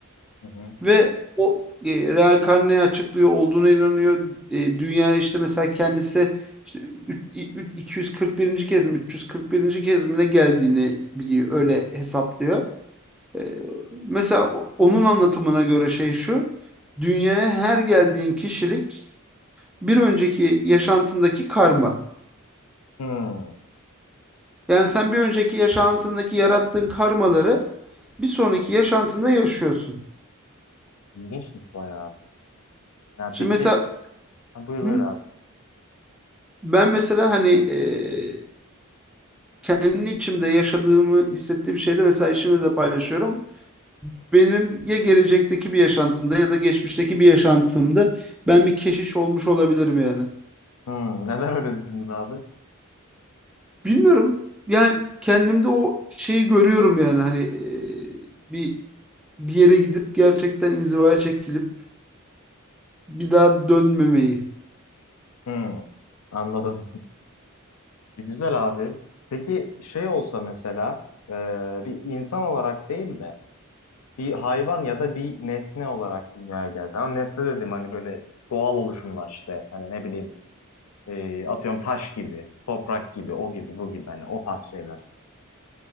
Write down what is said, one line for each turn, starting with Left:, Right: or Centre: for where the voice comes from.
Left: Hı hı.
Centre: Ve o e, reenkarneyi açıklıyor, olduğuna inanıyor. E, dünyaya işte mesela kendisi işte üç- üç- 241. kez mi 341. kez mi ne geldiğini biliyor. Öyle hesaplıyor. Ee, mesela o- onun anlatımına göre şey şu. Dünyaya her geldiğin kişilik bir önceki yaşantındaki karma.
Left: Hmm,
Centre: Yani sen bir önceki yaşantındaki yarattığın karmaları bir sonraki yaşantında yaşıyorsun.
Left: ilginçmiş bayağı. Yani
Centre: Şimdi
Left: peki
Centre: mesela
Left: buyur
Centre: hı,
Left: buyur abi.
Centre: ben mesela hani e, kendi içimde yaşadığımı hissettiğim şeyde mesela işimde de paylaşıyorum. Benim ya gelecekteki bir yaşantımda ya da geçmişteki bir yaşantımda ben bir keşiş olmuş olabilirim yani.
Left: Hmm, neden öyle düşündün abi?
Centre: Bilmiyorum. Yani kendimde o şeyi görüyorum yani hani e, bir bir yere gidip gerçekten inzivaya çekilip bir daha dönmemeyi.
Left: Hmm, anladım. E, Güzel abi. Peki şey olsa mesela e, bir insan olarak değil de bir hayvan ya da bir nesne olarak dünyaya gelse. Ama nesne dedim hani böyle doğal oluşumlar işte. Hani ne bileyim e, atıyorum taş gibi, toprak gibi, o gibi, bu gibi hani o tarz şeyler.